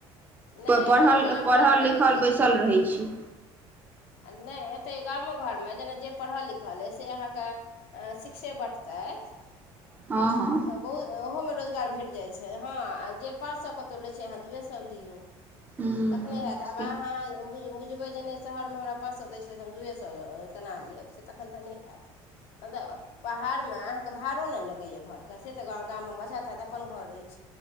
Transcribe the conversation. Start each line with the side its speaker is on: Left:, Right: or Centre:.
Left: नहि
Right: प पढ़ल-लिखल
Left: गाम घरमे किछु
Right: बैसल रहै छै।
Left: आ नहि तै गामो घरमे जेना जे पढ़ल लिखल अइ से अहाँके शिक्षे बटतैथ
Right: ह हँ
Left: तऽ बहुत ओहोमे रोजगार भेट जाइत छै हँ जे पाँच सए कतहु लै छै अहाँ दुूए सए लियौ
Right: ह
Left: तखने हेत, आब
Right: से
Left: अहाँ। बुझबै जे नहि, शहरमे हमरा पाँच सौ दै छलै, तऽ हम दुए सौ केना लेब से तखन तऽ नहि हेत। तखन तऽ पहाड़मे अहाँके भाड़ो नहि लगै ए घरके से तऽ ग गाम मे बचत हेत अपन घर ऐछ